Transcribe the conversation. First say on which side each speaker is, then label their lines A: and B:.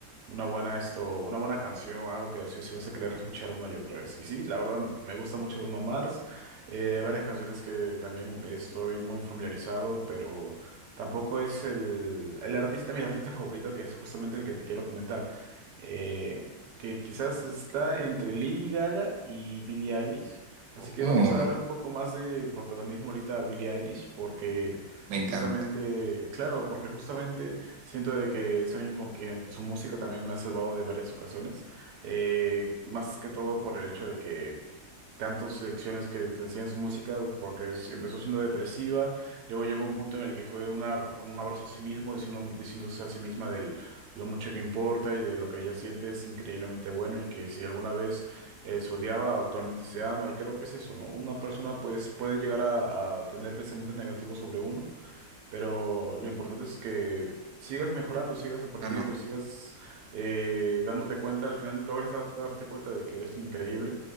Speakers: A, on the right (about 70°); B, on the right (about 85°).
A: una buena esto, una buena canción, algo que sí o sí vas a querer escuchar una y otra vez. Y sí, la verdad me gusta mucho Bruno Mars. Eh, hay varias canciones que también estoy muy familiarizado, pero tampoco es el, el artista, mi artista favorito, que es justamente el que te quiero comentar. Eh, que quizás está entre Lady Gaga y Billie Eilish. Así que
B: Oh,
A: vamos a darle un poco más de protagonismo ahorita a Billie Eilish porque
B: me encanta.
A: justamente, claro, porque justamente siento de que es alguien con quien su música también me ha salvado de varias ocasiones. Eh, más que todo por el hecho de que tantas secciones que te enseñan su música, porque s- empezó siendo depresiva, luego llegó un punto en el que fue una, r- un abrazo a sí mismo, diciendo, diciéndose a sí misma de lo mucho que importa y de lo que ella siente es increíblemente bueno y que si alguna vez eh, se odiaba, actualmente se ama, y creo que es eso, ¿no? Una persona pues puede llegar a, a tener pensamientos negativos sobre uno, pero lo importante es que sigas mejorando, sigas aprendiendo
B: Ah, no.
A: y sigas eh, dándote cuenta. Al final logres dar- darte cuenta de que eres increíble.